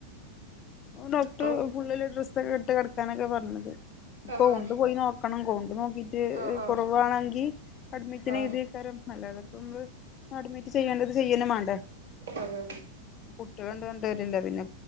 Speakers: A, on the left (about 30°); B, on the right (about 60°).
A: ഡോക്ടർ
B: ഇപ്പൊ
A: ഫുള്ളില് ഡ്രസ്സൊക്കെ ഇട്ട് കിടക്കാനൊക്കെ പറഞ്ഞത് ഇപ്പൊ
B: ആഹ്
A: കൗണ്ട് പോയി നോക്കണം കൗണ്ട് നോക്കീട്ട് കൊറവാണങ്കി
B: ആഹ് ആഹ്
A: കുറവാവാണെങ്കിൽ അഡ്മിറ്റിനെ
B: ആഹ്
A: എഴുതിയക്കാരം അല്ലാത ഇപ്പം അഡ്മിറ്റ് ചെയ്യേണ്ടത് ചെയ്യന്ന മാണ്ടേ
B: ആഹ് അതെ
A: കുട്ടികൾണ്ട് രണ്ട് കാര്യല്ല പിന്നെ